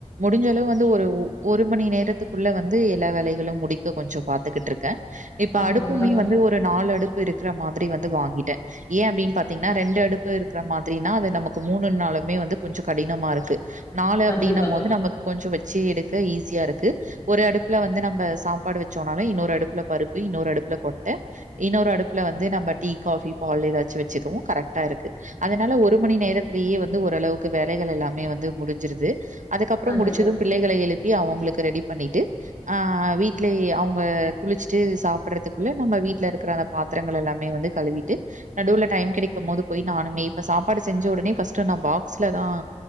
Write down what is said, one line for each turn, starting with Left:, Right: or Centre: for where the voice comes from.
Right: முடிஞ்சளவு வந்து ஒரு- ஒ-ஒரு மணி நேரத்துக்குள்ள வந்து எல்லா வேலைகளும் முடிக்க கொஞ்சோ பாத்துக்கிட்டு இருக்கேன் இப்ப
Left: அப்டிங்களா
Right: அடுப்புமே வந்து ஒரு நாலு அடுப் இருக்கிற மாத் திரி வந்து வாங்கிட்டேன் ஏன் அப்படின்னு பாத்தீங்கன்னா ரெண்டு அடுப்பு இருக்கிற மாதிரின்னா அது நமக்கு மூணு நாளுமே வந்து கொஞ்சோ கடினமா இருக்கு நாலு
Left: கண்டிப்பா
Right: அப்படின்னம் போது நமக்கு கொஞ்சோ வெ ச்சு எடுக்க ஈஸியா இருக்கு ஒரு அடுப்புல வந்து நம்ம சாப்பாடு வச்சோம்னாலும் இன்னொரு அடுப்புல பருப்பு இன்னொரு அடுப்புல கொட்ட இன்னொரு அடுப்புல வந்து நம்ப டீ காஃபி பால் ஏதாச்சும் வச்சுக்கவும் கரெக்ட்டா இருக்கு அதனால ஒரு மணி நேரத்திலேயே வந்து ஓரளவுக்கு வேலைகள் எல்லாமே வந்து முடிஞ்சிருது அதுக்கப்புறம்
Left: கண்டிப்பா
Right: முடிச்சதும் பிள்ளைகளை எழுப் ப்பி அவங்களுக்கு ரெடி பண்ணிட்டு ஆஹ் வீட்லயே அவங்க குளிச்சுட்டு சாப்- ப்றதுக்குள்ள நம்ம வீட்டுல இருக்கிற அர பாத்திரங்கள் எல்லாமே வந்து கழுவிட்டு நடுவுல டைம் கெடைக்கும் போது போயி நானுமே இப்ப சாப்பாடு செஞ்ச உடனே ஃபஸ்ட்டு நான் பாக்ஸ்ல தான்